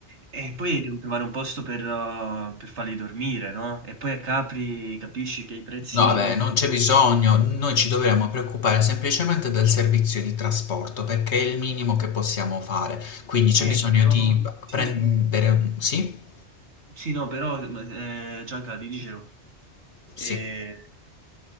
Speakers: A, on the right; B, on the left.
A: E poi devo trovare un posto per, uh, per farli dormire, no? E poi a Capri capisci che i prezzi
B: No, vabbè,
A: dopo...
B: non c'è bisogno, noi ci dovremmo preoccupare semplicemente del servizio di trasporto perché è il minimo che possiamo fare, quindi c'è
A: Eh,
B: bisogno
A: però...
B: di
A: sì,
B: prendere... un- Sì?
A: Sì, no, però eh, Gianca ti dicevo, eh,
B: Sì.